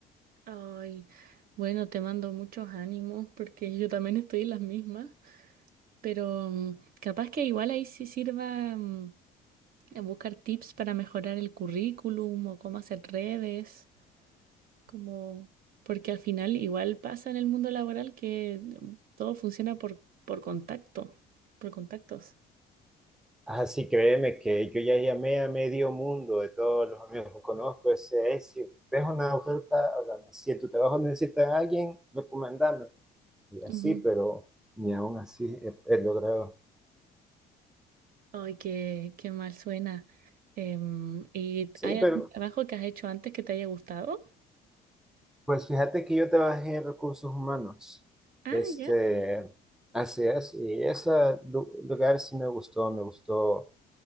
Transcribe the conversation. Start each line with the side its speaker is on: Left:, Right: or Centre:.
Right: Ay, bueno, te mando muchos ánimos porque yo también estoy en las mismas, pero mm, capaz que igual ahí sí sirva mm, buscar tips para mejorar el currículum o cómo hacer redes. como porque al final igual pasa en el mundo laboral que mm, todo funciona por, por contacto, por contactos.
Centre: Así créeme que yo ya llamé a medio mundo de todos los amigos que conozco. Ese es, si ves una oferta, háblame. Si en tu trabajo necesitas a alguien, recomendame. Y así,
Right: Ujú.
Centre: pero ni aún así he, he logrado.
Right: Ay, qué, qué mal suena. Em, ¿y
Centre: Sí,
Right: hay
Centre: pero
Right: algún trabajo que has hecho antes que te haya gustado?
Centre: pues fíjate que yo trabajé en recursos humanos.
Right: Ah,
Centre: Este,
Right: ya.
Centre: así es. Y ese lu- lugar sí me gustó, me gustó.